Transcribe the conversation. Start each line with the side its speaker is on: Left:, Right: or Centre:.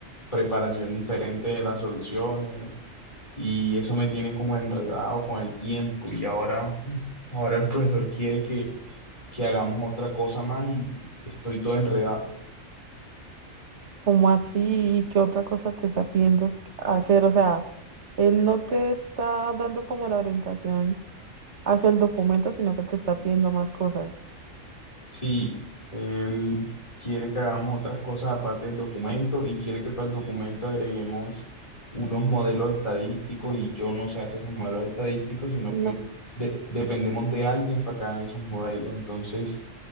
Left: preparación diferente de las soluciones y eso me tiene como enredado con el tiempo y ahora, mm, ahora el profesor quiere que, que hagamos otra cosa más y estoy todo enredado.
Right: ¿Cómo así? ¿Qué otra cosa te está pidiendo hacer? O sea, él no te está dando como la orientación hacia el documento, sino que te está pidiendo más cosas.
Left: Sí, él quiere que hagamos otras cosas aparte del documento y quiere que para el documento agreguemos unos modelos estadísticos y yo no sé hacer esos modelos estadísticos, sino
Right: No,
Left: que de- dependemos de alguien para que hagan esos modelos. Entonces,